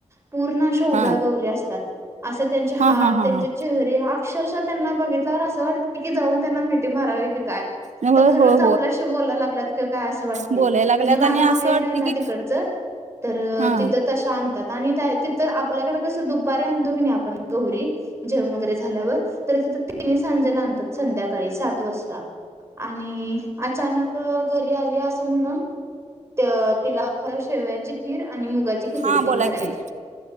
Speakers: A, on the right; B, on the right.
A: पूर्ण अशा उभ्या
B: हा
A: गौरी असतात असं त्यांचे हात
B: हा हा हा
A: त्यांचे
B: हा
A: चेहरे अक्षरशा त्यांना बघितल्यावर असं वाटत की जाऊन त्यांना मिठी मारावी की काय.
B: नव्ह
A: तर खरंच
B: हो
A: आपल्याशी बोला लागल्यात कि काय असं वाटतय
B: बोलायला लागल्यात
A: म्हणजे माझं
B: आणि
A: माहेर
B: असं वाटते
A: आहे ना
B: की
A: तिकडचं तर
B: हा
A: तिथं तशा आणतात. आणि तिथं आपल्याकडे कसं दुपारी आणतो की नाही आपण गौरी जेवण वगैरे झाल्यावर तर ती तिन्हीसांजेला आणतात संध्याकाळी सात वाजता आणि अचानक घरी आली असं म्हणून त तिला शेवयाची खीर आणि मुगाची खिचडी
B: हा बोला
A: हे करायचे.
B: की